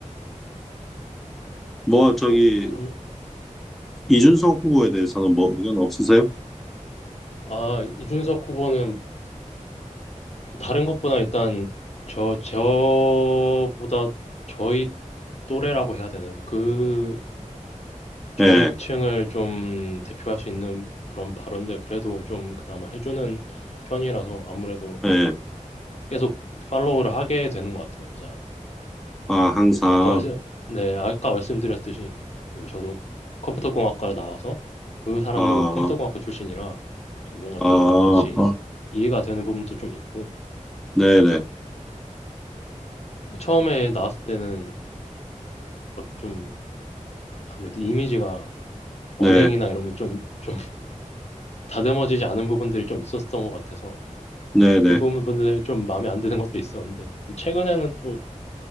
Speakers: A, in the centre; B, on the left.
A: 뭐
B: 어,
A: 저기
B: 뭐, 그러면,
A: 이준석 후보에 대해서는 뭐 의견 없으세요?
B: 아, 이준석 후보는 뭐 다른 것보다 일단 저, 저보다 저희 또래라고 해야 되나요? 뭐 그, 저희
A: 예,
B: 층을 좀 대표할 수 있는 그런 발언들 그래도 좀 그나마 해주는 편이라서 아무래도
A: 예.
B: 계속 팔로우를 하게 되는 것 같아요, 그 사람.
A: 아, 항상
B: 아까 말씀, 네, 아까 말씀드렸듯이, 그리고 저도 컴퓨터공학과를 나와서 그 사람도
A: 아,
B: 뭐 컴퓨터공학과 출신이라 좀 뭔가
A: 아,
B: 좀 이- 같이
A: 어,
B: 이해가 되는 부분도 좀 있고,
A: 네네,
B: 네, 처음에 나왔을 때는 막 좀 아무래도 이미지가 언행이나
A: 네,
B: 이런 게 좀, 좀 다듬어지지 않은 부분들이 좀 있었던 것 같아서
A: 네네.
B: 그 부분들이 좀 마음에 안 드는 것도 있었는데 또 최근에는 또